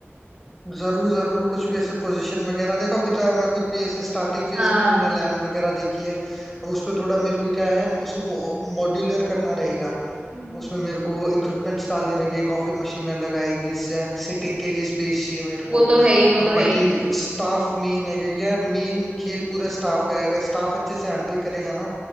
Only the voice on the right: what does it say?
हाँ
हम्म।
वो
तो है ही वो
तो है
ही